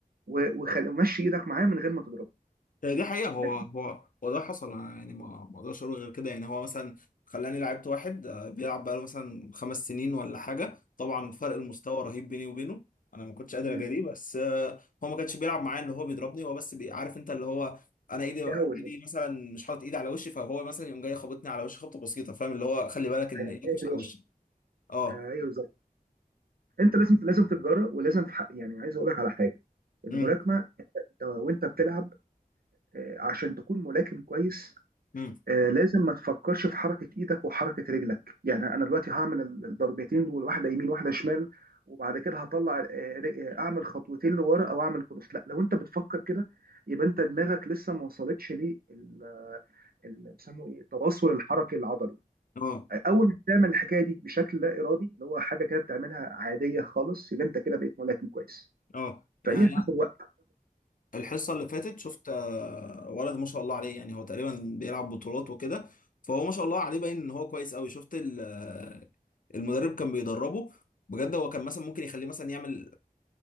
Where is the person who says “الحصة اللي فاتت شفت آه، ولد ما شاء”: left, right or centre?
Left